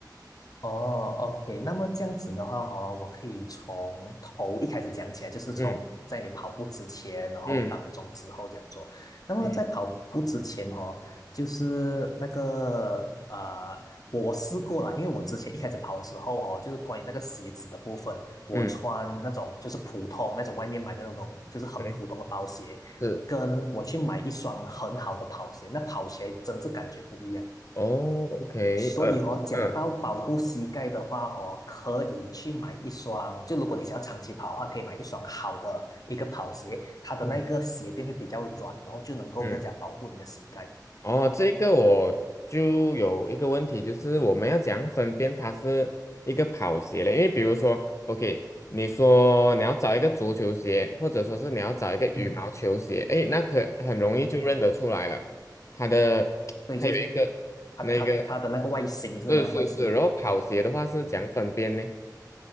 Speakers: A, on the left; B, on the left.
A: 哦，OK，那么这样子的话哦，我可以从头一开始讲起来，就是从在你跑步之前，
B: 嗯
A: 然后当中之后这样做。
B: 嗯
A: 那么在跑步之前哦，
B: 嗯
A: 就是那个呃，我我试过了，因为我之前一开始跑的时候哦，就是关于那个鞋子的部分，我穿那种就是普通那种外面买的那种，
B: 嗯，
A: 就是很普通的包鞋，
B: 对，是
A: 跟我去买一双很好的跑鞋，那跑起来真是感觉不一样。
B: 哦，OK，
A: 所以哦，
B: 呃，
A: 讲到保护膝盖的话哦，
B: 嗯
A: 可以去买一双，就如果你想要长期跑的话，可以买一双好的一个跑鞋，它的那个鞋垫会比较软，
B: 嗯
A: 然后就能够更加保护你的膝盖。
B: 嗯。哦，这个我就有一个问题，就是我们要怎样分辨它是一个跑鞋嘞？因为比如说，OK，你说你要找一个足球鞋，或者说是你要找一个羽毛球鞋，
A: 嗯，
B: 诶，那可很容易就认得出来了。
A: 是。
B: 它的 <tsk>
A: 所以就是它它它的那个外形是吗？
B: 它有一个那个，是是是，
A: 外形不一样。
B: 然后跑鞋的话是讲分辨呢？
A: 嗯。